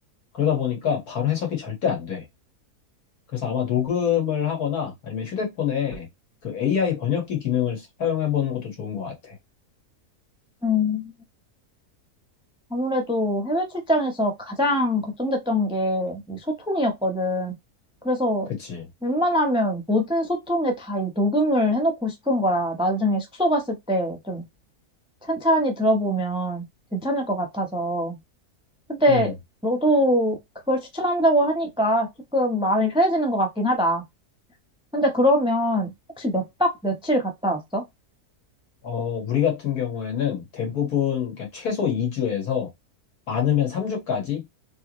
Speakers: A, on the left; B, in the centre.
A: 그러다 보니까 바로 해석이 절대 안 돼. 그래서 아마 녹음을 하거나 아니면 휴대폰에 그 AI 번역기 기능을 사용해 보는 것도 좋은 것 같아.
B: 음, 아무래도 해외 출장에서 가장 걱정됐던 게이 소통이었거든. 그래서
A: 그치?
B: 웬만하면 모든 소통에 다 이 녹음을 해놓고 싶은 거야. 나중에 숙소 갔을 때좀 찬찬히 들어보면 괜찮을 것 같아서. 근데
A: 음.
B: 너도 그걸 추천한다고 하니까 조금 마음이 편해지는 것 같긴 하다. 근데 그러면 혹시 몇 박 며칠 갔다 왔어?
A: 어, 우리 같은 경우에는 대부분 그러니까 최소 2주에서 많으면 3주까지